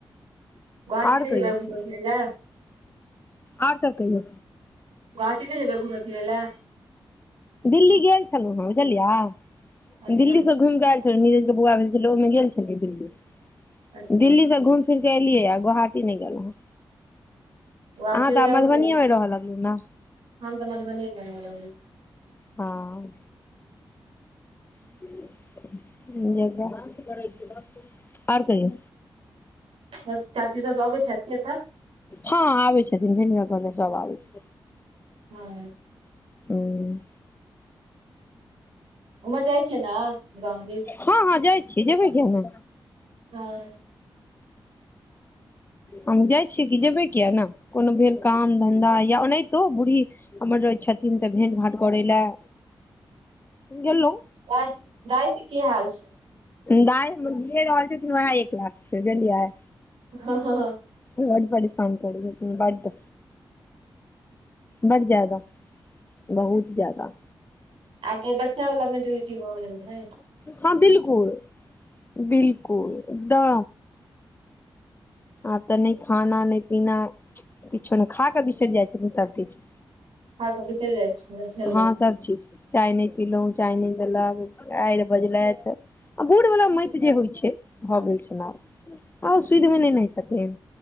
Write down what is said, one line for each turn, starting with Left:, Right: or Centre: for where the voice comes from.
Right: घुमै
Left: आओर कहियौ
Right: फिरै ले
Left: आओर सब कहियौ
Right: घाटी नय जेबै घुमै फिरै लए
Left: दिल्ली गेल छलौं हेँ बुझलियै
Right: अच्छा
Left: दिल्लीसँ घुम के एल छलै नीरज के बौआ भेल छलै ओहिमे गेल छलै दिल्ली
Right: अच्छा
Left: दिल्ली से घुईम फिर गेलियै या गोहाटी नय गेलौंहे
Right: गुवाहाटियो
Left: अहाँ तऽ
Right: जाउ
Left: आब मधुबनीए
Right: कहियो
Left: मे रहऽ लगलु न
Right: हम तऽ मधुबनीए मे रह लगली
Left: हं <unintelligible> आर कहियौ
Right: सब चाची सब अबै छथि कि एतऽ
Left: हँ आबै छथिन भिनक घर <unintelligible> सब आबै छथिन
Right: हँ
Left: हूँ
Right: उम्हर जाइ छियै न गाम दिस
Left: हँ हँ जाइ छी जेबै किया नै
Right: आओर
Left: हम जाइ छियै कि जेबे किया ने कोनो भेल काम धन्धा या ओनाहितो बूढ़ही हमर रहय छथिन तऽ भेंट घाट करय लए गेँलउ
Right: दाइ दाइ के की हाल छै
Left: दाइ हमर जिए रहल छथिन वएह एक लाख छै बुझलियै
Right: हँ हँ हँ
Left: बड परेशान करय छथिन बड बड जादा बहुत जादा
Right: आब तो बच्चा वला मैनटिलिटी भऽ गेलनि नय
Left: हँ बिलकुल बिलकुल ड आब तऽ नय खाना नय पीना किछो नै खा कऽ बिसरि जाइ छलै सब किछ
Right: ने बिसरि जाइ छै खेललक
Left: हँ सब चीज चाय नै पिलहुँ चाय नै देलक गायर बजलथि आ बुड़ वला मति जे होइ छै भऽ गेल छनि आब आ ओ सुधि मे नै न छथिन